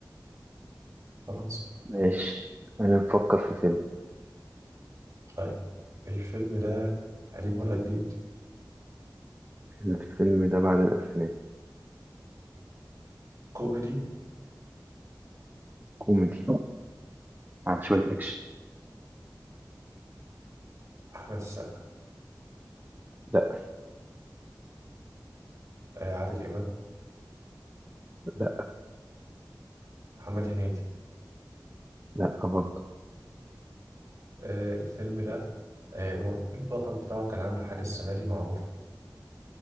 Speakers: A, on the right; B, on the right.
A: فرنسا
B: ماشي أنا بفكر في فيلم
A: طيب الفيلم ده قديم ولا جديد؟
B: الفيلم ده بعد الأفلام
A: كوميدي
B: كوميدي على شوية أكشن
A: أحمد السقا
B: لا
A: آه عادل إمام
B: لا
A: محمد هنيدي
B: لا برضه
A: آه الفيلم ده آه البطل بتاعه كان عامل حاجة السنة دي معروفة